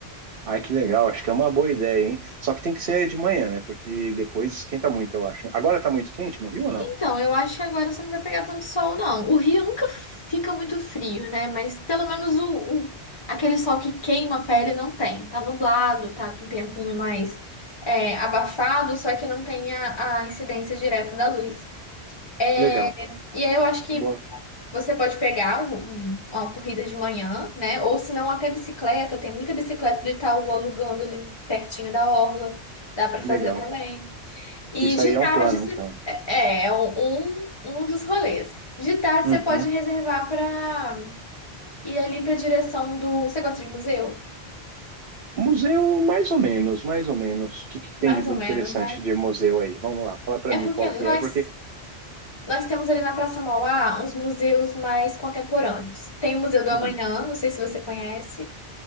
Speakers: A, on the right; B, on the left.
A: Ai, que legal, acho que é uma boa ideia, hein? Só que tem que ser de manhã, né? Porque depois esquenta muito, eu acho. né? Agora tá muito quente no Rio
B: Então,
A: ou não?
B: eu acho que agora você não vai pegar tanto sol, não. O Rio nunca fica muito frio, né? Mas pelo menos o, o- aquele sol que queima a pele não tem. Tá nublado, tá com um tempinho mais é, abafado, só que não tem a, a incidência direta da luz. É,
A: Legal.
B: e aí eu acho que
A: Boa,
B: você pode pegar um- uma corrida de manhã, né? Ou se não, até bicicleta. Tem muita bicicleta do Itaú alugando ali pertinho da orla. Dá pra fazer
A: legal.
B: também. E
A: Isso
B: de
A: aí é
B: tarde
A: um plano,
B: você-
A: então.
B: é, é é um, um um dos rolês. De tarde
A: Uhum.
B: você pode reservar para ir ali para a direção do. Você gosta de museu?
A: Museu, mais ou menos, mais ou menos. O que, que tem
B: Mais
A: de
B: ou
A: interessante
B: menos, né?
A: de museu aí? Vamos lá, fala pra
B: É
A: mim
B: porque
A: qual
B: nós
A: que é, porque
B: nós temos ali na Praça Mauá uns museus mais contemporâneos. Tem o Museu do Amanhã,
A: hum,
B: não sei se você conhece.